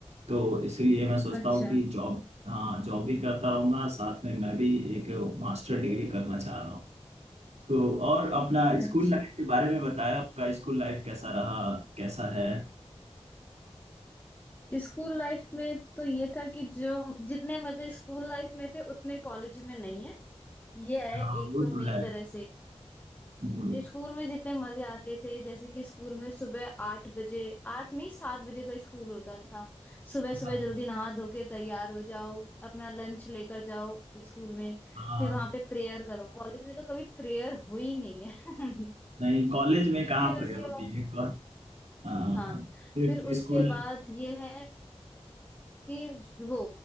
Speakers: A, on the right (about 75°); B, on the left (about 15°).
A: तो इसीलिए मैं सोचता
B: अच्छा
A: हूँ कि जॉब हाँ जॉब भी करता रहूंगा साथ में मैं भी एक मास्टर डिग्री करना चाह रहा हूँ तो और अपना स्कूल
B: अच्छा
A: लाइफ के बारे में बताया आपका स्कूल लाइफ कैसा रहा कैसा है
B: स्कूल लाइफ में तो ये था कि जो जितने मजे स्कूल लाइफ में थे उतने कॉलेज में नहीं है ये है
A: हाँ
B: एक
A: वो
B: तो
A: तो
B: मेन
A: है
B: तरह से
A: हम्म,
B: स्कूल में जितने मजे आते थे जैसे कि स्कूल में सुबह आठ बजे आठ नहीं सात बजे का स्कूल होता था सुबह
A: हाँ
B: सुबह जल्दी नहा धो के तैयार हो जाओ अपना लंच लेकर जाओ स्कूल में
A: हाँ
B: फिर वहां पे प्रेयर करो कॉलेज में तो कभी प्रेयर हुई नहीं है <laughs>
A: नहीं कॉलेज में कहाँ
B: फिर
A: प्रेयर
B: उसके
A: होती
B: बाद
A: है हाँ
B: हाँ
A: सिर्फ
B: फिर उसके
A: स्कूल
B: बाद ये है कि वो